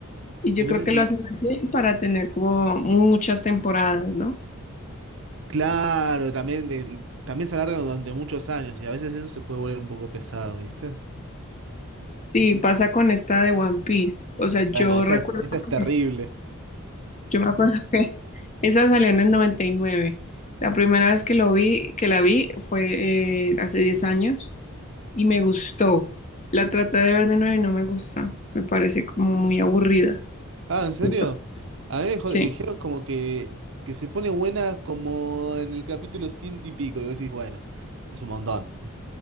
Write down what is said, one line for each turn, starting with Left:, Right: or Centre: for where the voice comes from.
Left: Y yo
Right: y no
Left: creo
Right: sé
Left: que
Right: si,
Left: lo hacen así para tener como muchas temporadas, ¿no?
Right: claro, también, el- también se alarga durante muchos años y a veces eso se puede volver un poco pesado, ¿viste?
Left: Sí, pasa con esta de One Piece. O sea, yo
Right: Bueno, esa
Left: recuerdo
Right: es, esa es terrible.
Left: que, yo me acuerdo <laughs> que esa salió en el 99. La primera vez que lo vi, que la vi fue eh, hace 10 años y me gustó. La traté de ver de nuevo y no me gusta. Me parece como muy aburrida.
Right: Ah, ¿en serio?
Left: Entonces,
Right: A mí me, jod-
Left: sí.
Right: me dijeron como que, que se pone buena como en el capítulo ciento y pico, y vos decís, bueno, es un montón.